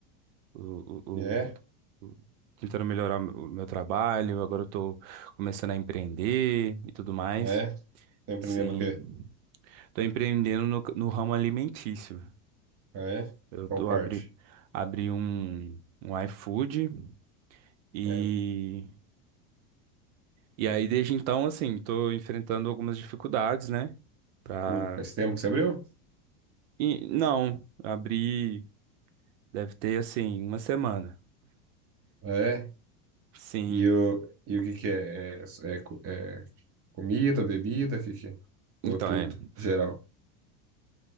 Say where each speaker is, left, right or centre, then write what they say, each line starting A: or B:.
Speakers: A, on the right (about 70°); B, on the right (about 35°).
A: o, o,
B: É?
A: o- o- tentando melhorar o meu trabalho. Agora eu tô começando a empreender e tudo mais.
B: Ah, é? Tá empreendendo
A: Sim.
B: o quê?
A: Tô empreendendo no, no ramo alimentício.
B: Ah, é?
A: Eu
B: Qual
A: tô
B: parte?
A: abri, abri um, um iFood. E
B: É.
A: E aí, desde então, assim, tô enfrentando algumas dificuldades, né? Pra.
B: hum, Faz tempo que você abriu?
A: E, não, abri, deve ter, assim, uma semana.
B: Ah, é?
A: Sim.
B: E o, e o que que é? É, é co- é comida, bebida? O que que é? Ou
A: Então,
B: tudo,
A: é
B: geral?